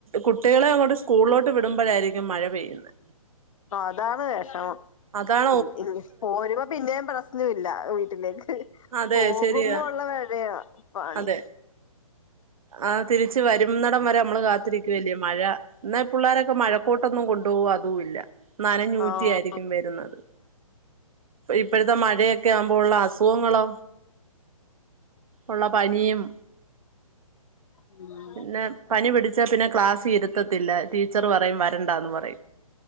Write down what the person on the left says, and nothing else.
ആ അതാണ് വെഷമം.
ണ് പോരുമ്പോ പിന്നേം പ്രശ്നം ഇല്ല വീട്ടിലേക്ക്
പോകുമ്പോ
ഉള്ള <unintelligible> പണി.
ആഹ്
ഉം